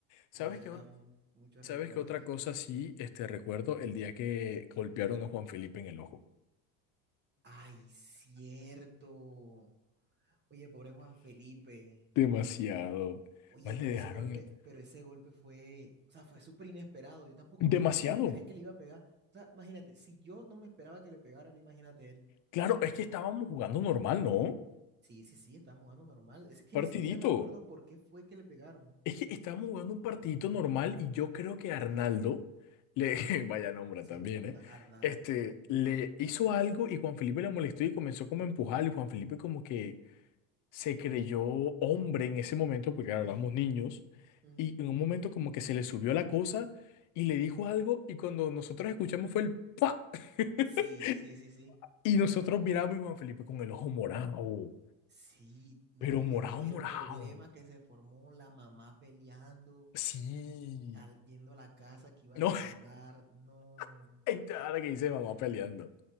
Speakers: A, on the left (about 50°); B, on the right (about 25°).
A: ¿Sabes
B: nada,
A: qué,
B: eran
A: ot-
B: muchos
A: sabes
B: recuerdos.
A: qué otra cosa sí este, recuerdo? El día que golpearon a Juan Felipe en el ojo.
B: Ay, cierto. Oye, pobre Juan Felipe.
A: Demasiado.
B: Oye,
A: Más
B: pero
A: le dejaron
B: ese golpe,
A: el...
B: pero ese golpe fue, o sea, fue súper inesperado. Yo tampoco me-
A: Demasiado.
B: yo no me esperé que le iba a pegar. O sea, imagínate, si yo no me esperaba que le pegara, ahora imagínate él.
A: Claro, es que estábamos jugando normal, ¿no?
B: Sí, sí, sí, estábamos jugando normal. Es que
A: Partidito.
B: ni siquiera me acuerdo por qué fue que le pegaron.
A: Es que estábamos jugando un partidito normal y yo creo que Arnaldo, le,
B: Ajá.
A: <laughs> vaya nombre
B: Sí,
A: también,
B: fue Arna-
A: ¿eh?
B: Arnaldo,
A: Este,
B: un buen
A: le
B: nombre.
A: hizo algo y Juan Felipe le molestó y comenzó como a empujarle. y Juan Felipe como que se creyó hombre en ese momento, porque claro,
B: <laughs>
A: éramos niños,
B: Ujú.
A: y en un momento como que se le subió la cosa y le dijo algo y cuando nosotros escuchamos fue el ¡pa! <laughs>
B: Sí, sí, sí, sí.
A: Y nosotros miramos y Juan Felipe con el ojo
B: Yo,
A: morado,
B: sí, no,
A: pero morado,
B: y después
A: morado.
B: el problema que se formó, la mamá peleando,
A: Sí.
B: al- yendo a la casa que iba
A: No,
B: a demandar, no.
A: <laughs> ahora que dice mamá peleando.